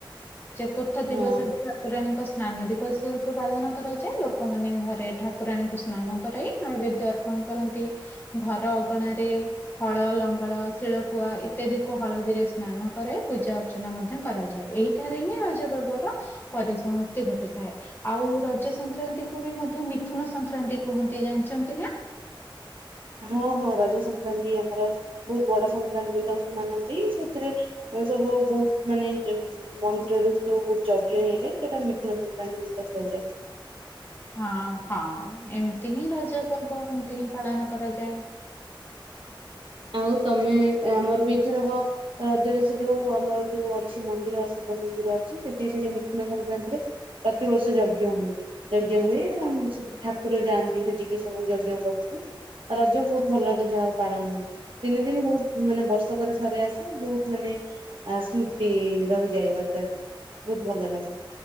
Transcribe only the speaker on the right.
ହଁ
ହଁ ହଁ ରଜ ସଂକ୍ରାନ୍ତି ଆମର ବହୁତ ବଡ ସଂକ୍ରକ୍ରାନ୍ତି ବୋଲି ତା ସବୁ ମାନନ୍ତି ସେଥିରେ ସବୁ ବହୁତ ମାନେ ଜ୍ ମନ୍ଦିରରେ ସବୁ ବହୁତ ଯଜ୍ଞ ହେଇଥାଏ ସେଇଟା ମିଥୁନ ସଂକ୍ରାନ୍ତି ବୋଲି ତ କୁହାଯାଏ।
ଆଉ ତମେ ଆମର ବି ଏଥରବ ରଜରେ ସେ ଯୋଉ ଆମର ଯୋଉ ଅଛି ମନ୍ଦିର ଶିବ ମନ୍ଦିର ଅଛି ସେଠି ସେ ଯୋଉ ମିଥୁନ ସଂକ୍ରାନ୍ତିରେ ତାତିବର୍ଷ ଯଜ୍ଞ ହୁଏ। ଯଜ୍ଞ ହୁଏ ଆଉ ଠାକୁର ଯାଆନ୍ତି ସେଠିକି ସବୁ ଯଜ୍ଞଙ୍କ ପାଖକୁ ଆ ରଜ ବହୁତ ଭଲରେ ଯାହାଉ ପାଳନ ହୁଏ। ତିନି ଦିନ ବହୁତ ମାନେ ବର୍ଷକରେ ସରେ ଆସେ ବହୁତ ମାନେ ଆ ସ୍ମୃତି ରହିଯାଏ ରଜରେ ବହୁତ ଭଲ ଲାଗେ।